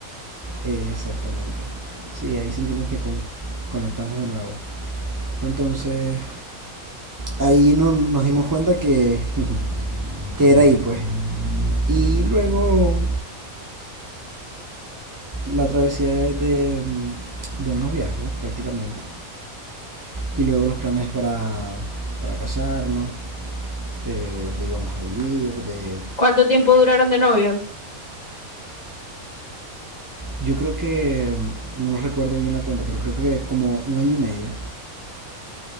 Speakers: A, on the right; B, on the left.
A: eh, Exactamente. Sí, ahí sentimos que como conectamos de nuevo. Entonces, ahí no- nos dimos cuenta que, <laughs> que era ahí, pues. Y luego la travesía de, de- mm, del noviazgo prácticamente y luego los planes para, para casarnos, de dónde íbamos a vivir, de...
B: ¿Cuánto tiempo duraron de novio?
A: Yo creo que, mm, no recuerdo bien la cuenta, pero creo que como un año y medio,